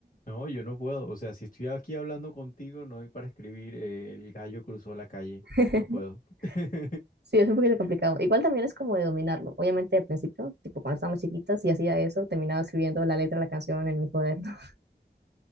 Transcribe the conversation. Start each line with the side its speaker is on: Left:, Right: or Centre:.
Left: No, yo no puedo. O sea, si estoy aquí hablando contigo, no hay para escribir eh, el gallo cruzó la calle.
Right: <laughs>
Left: No puedo. <laughs>
Right: Sí, es un poquito complicado. Igual también es como de dominarlo. Obviamente, al principio, tipo cuando estábamos chiquitas y hacía eso, terminaba escribiendo la letra de la canción en mi cuaderno.